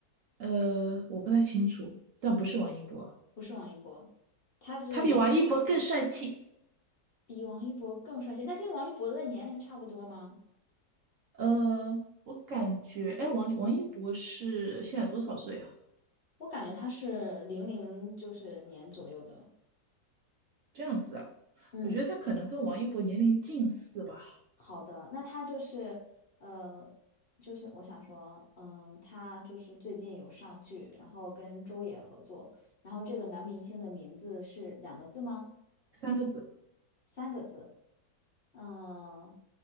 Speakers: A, on the right; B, on the left.
A: 呃，我不太清楚，但不是王一博，
B: 不是王一博，他是演
A: 他比王一博更帅气。
B: 比王一博更帅气。那跟王一博的年龄差不多吗？
A: 呃，我感觉，哎，王王一博是现在多少岁啊？
B: 我感觉他是零零就是年左右的。
A: 这样子啊，
B: 嗯，
A: 我觉得他可能跟王一博年龄近似吧，
B: 好的，那他就是呃，就是我想说，嗯、他就是最近有上剧，然后跟周也合作，然后这个男明星的名字是两个字吗？
A: 三个字。
B: 三个字？嗯、